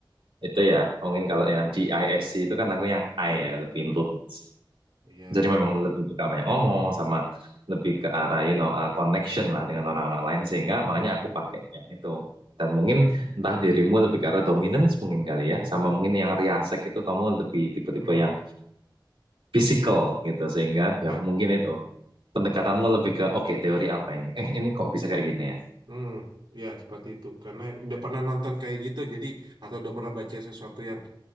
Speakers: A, on the right; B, on the right.
A: itu ya. Mungkin kalau yang di ISC itu kan aku yang
B: ah
A: I ya, lebih influence.
B: iya
A: Jadi memang lebih suka banyak ngomong sama lebih ke arah you know uh, connection lah dengan orang-orang lain sehingga
B: hmm.
A: makanya aku pakainya itu. Dan mungkin entah dirimu lebih ke arah dominance mungkin kali ya sama mungkin yang riasek itu kamu lebih tipe-tipe
B: Hmm.
A: yang physical gitu sehingga
B: Ya.
A: ya mungkin itu pendekatanmu lebih ke oke teori apa ini? Eh ini kok bisa kayak gini ya?
B: Hmm, ya seperti itu. Karena udah pernah nonton kayak gitu, jadi atau udah pernah baca sesuatu yang